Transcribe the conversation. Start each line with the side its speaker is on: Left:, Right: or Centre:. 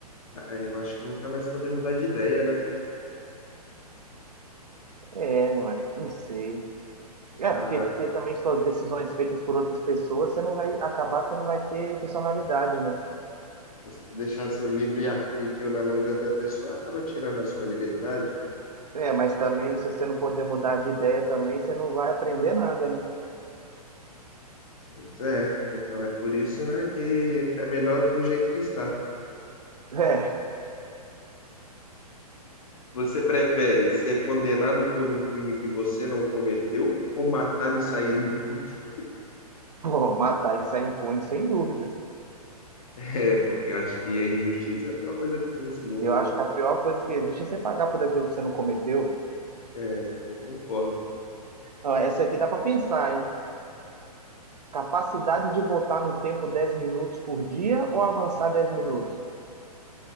Left: Ah, eu acho que nunca mais poder mudar de ideia, né?
Right: É, mas não sei. É,
Left: Ah,
Right: porque ter também suas decisões feitas por outras pessoas, você não vai acabar, você não vai ter personalidade, né?
Left: Você deixar seu livre-arbítrio na mão de outra pessoa acaba tirando a sua liberdade.
Right: É, mas também, se você não puder mudar de ideia também, você não vai aprender nada, né? <laughs>
Left: Pois é, então é por isso, né, que é melhor do jeito que está.
Right: É,
Left: Você prefere ser condenado por um crime que você não cometeu ou matar e sair impune? <laughs>
Right: pô, matar e sair impune, sem dúvidas.
Left: É, porque eu acho que a injustiça é a pior coisa que tem nesse mundo,
Right: Eu acho
Left: né?
Right: que a pior coisa que existe é você pagar por aquilo que você não cometeu.
Left: É, eu concordo.
Right: Ó, essa aqui dá pra pensar, hein? Capacidade de voltar no tempo 10 minutos por dia ou avançar 10 minutos?